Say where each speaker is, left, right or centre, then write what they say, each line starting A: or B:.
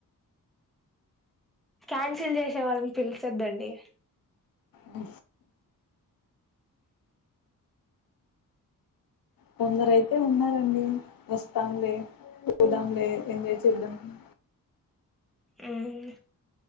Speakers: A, in the centre; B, on the left.
A: క్యాన్సిల్ చేసే వాళ్ళని తెలిచద్దండి
B: అ కొందరయితే ఉన్నారండి వస్తాంలే పోదాంలే ఎంజాయ్ చేద్దాంలే
A: ఉమ్